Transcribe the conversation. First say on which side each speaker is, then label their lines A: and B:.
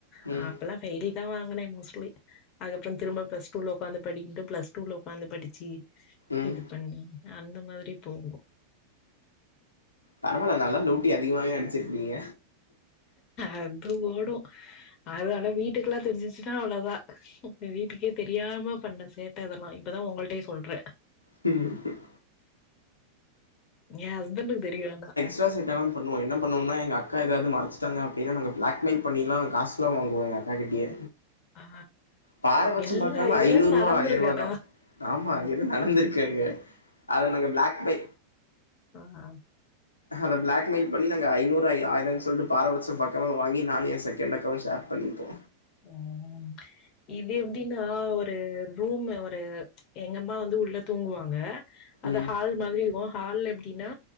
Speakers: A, on the left (about 35°); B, on the left (about 80°).
A: ஆ
B: ம்
A: அப்பெல்லா ஃபெய்லே தா வாங்கினே மோஸ்ட்லி அதுக்கப்றோ திரும்ப பிளஸ் டூல ஒட்காந்து படியினிட்டு பிளஸ் டூல ஒக்காந்து படிச்சி
B: ம்
A: இது பண்ணி அந்த மாதிரி போகோ
B: பரவால்ல நல்லா லூட்டி அதிகமாவே அடிச்சிருக்கிறீங்க
A: அது ஓடு அதனால வீட்டுக்குல்லா தெரிஞ்சிச்சுன்னா அவ்ளோதா வீட்டுக்கே தெரியாம பண்ண சேட்ட இதெல்லா இப்பதா உங்கள்டையே சொல்றே
B: சரி ச
A: எயா ஹஸ்பண்டுக்கு தெரியு ஆனா
B: அட்ராசிட்டிலா பண்ணுவோ என்னா பண்ணுவோன்னா எங்க அக்க எதாது மறச்சிட்டாங்க அப்டின்னா நாங்க பிளாக் மெயில் பண்ணில்லா காச லாம் வாங்குவோ எங்க அக்கா கிட்டியே
A: ஆ
B: பாரபட்சம்
A: எல்லா
B: பாக்காம
A: இதெல்லா
B: ஐநூறு ரூவா
A: நடந்திருக்கு
B: ஆயிர் ரூபா
A: ஆனா
B: தா ஆமா எதோ நடந்திருக்கு அங்க
A: ம்
B: அது நாங்க பிளாக் மை
A: அ ஆ
B: அத பிளாக் மெயில் பண்ணி நாங்க ஐநூறு ஐ ஆயிரோன் சொல்லிட்டு பாரபட்சம் பாக்காம வாங்கி நானு எயா செகண்ட் அக்காவு ஷேர் பண்ணிப்போ
A: ம் இது எப்டின்னா ஒரு ரூம் ஒரு எங்கம்மா வந்து உள்ள தூங்குவாங்க அது
B: ம்
A: ஹால் மாதிரி இருக்கு ஹால்ல எப்டின்னா